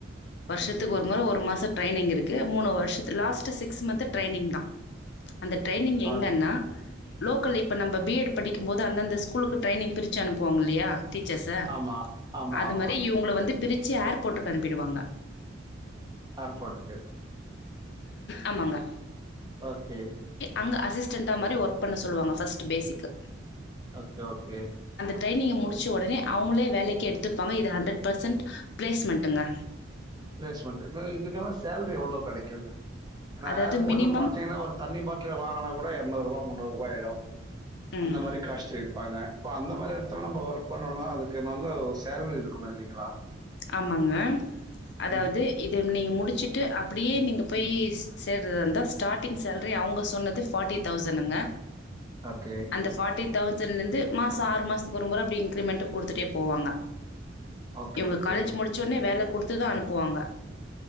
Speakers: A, on the left; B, on the right.
A: வருஷத்துக்கு
B: ஓகே.
A: ஒரு முறை ஒரு மாசம் ட்ரெயினிங் இருக்கு மூணு வருஷத் லாஸ்ட்டு சிக்ஸ் மந்த்து ட்ரெயினிங் தான் அந்த ட்ரெயினிங்
B: லாஸ்ட்
A: எங்கன்னா லோக்கல் இப்போ நம்ம பி ஏட் படிக்கும்போது அந்த ஸ்கூலுக்கு ட்ரைனிங் பிரிச்சு அனுப்புவாங்க இல்லையா டீச்சர்ஸ்ஸு
B: ஆமா, ஆமா,
A: அது
B: ஆமாங்க.
A: மாதிரி இவுங்கள வந்து திருச்சி ஏர்போர்ட்டுக்கு அனுப்பிடுவாங்க
B: ஏர் போட்டுக்கு
A: ஆமாங்கா
B: ஓகே
A: அங்கே அசிஸ்டன்ண்டாக மாதிரி ஒர்க் பண்ண சொல்லுவாங்க ஃபஸ்ட் பேஸிகிக்கு
B: ஓகே ஓகே
A: ட்ரையனிங்க முடிச்ச உடனே அவங்களே வேலைக்கு எடுத்துப்பாங்க இது ஹண்ட்ரட் பர்சன்ட் ப்ளேஸ்மெண்ட்டுங்க
B: பிளேஸ்மெண்ட் இதுக்கெல்லாம் சேலரி எவ்வளோ கிடைக்குங்க என்ன
A: அதாவது
B: ஏர்போர்ட்
A: மினிமம்
B: பாத்தீங்கா ஒரு தண்ணி பாட்டில வாங்கினா கூட இருநூறு ரூபா முன்னூறு ரூபா போயுடும் அந்த
A: ம்
B: மாரி காஸ்ட்டு வைப்பாங்க இப்போ அந்த மாரி இடத்துல நம்ம ஒர்க் பண்ணோனா அதுக்கு நல்ல சேலரி இருக்கணும் இல்லைங்களா
A: ஆமாங்க அதாவது
B: ம்.
A: இது நீங்கள் முடிச்சுட்டு அப் அப்டியே நீங்கள் போய் சேர்தா இருந்தால் ஸ்டார்ட்டிங் சேலரி அவங்க சொன்னது ஃபார்ட்டி தௌசண்டுங்க
B: ஓகே,
A: அந்த ஃபார்ட்டி தௌசண்ல இருந்து மாசம் ஆறு மாசத்துக்கு ஒரு முறை இன்கிரிமெண்ட் கொடுத்துட்டே போவாங்க
B: ஓகே
A: இவங்க
B: ஓகே
A: காலேஜ் முடிச்சவுடனே வேல குடுத்துதான் அனுப்புவாங்க